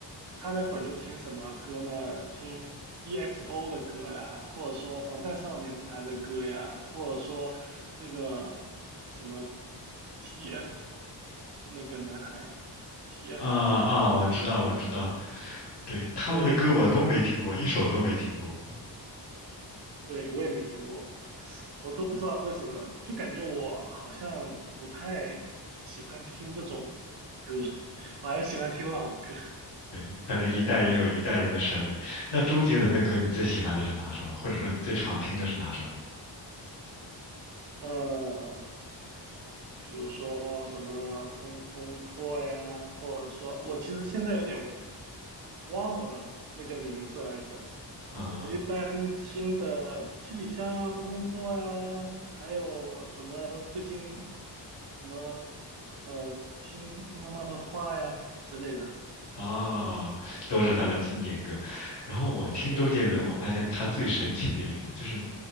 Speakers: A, on the right; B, on the left.
A: 她那会儿就听什么歌呢？听 EXO 的歌呀，或者说防弹少年团的歌呀，或者说那个什么 TF 那个男孩，TF
B: 啊啊，
A: 男孩的歌，
B: 我知道，我知道，对，他们的歌我都没听过，
A: 对。
B: 一首都没听过。
A: 对，我也没听过，我都不知道为什么，就感觉我好像不太喜欢听这种歌，<laughs> 我还是喜欢听老歌，
B: 对，可能一代人有一代人的审美。那周杰伦的歌，你最喜欢的是哪首啊？或者说你最常听的是哪首啊？
A: 呃，比如说什么《东风破》呀，或者说我其实现在有点忘了那个名字来着。
B: 嗯，
A: 我一般听的七里香啊、东风破啊，还有什么最近什么呃听听妈妈的话呀之类的。
B: 哦，都是他的经典歌。然后我听周杰伦，
A: 对，
B: 我发现他最神奇的点是什么？就是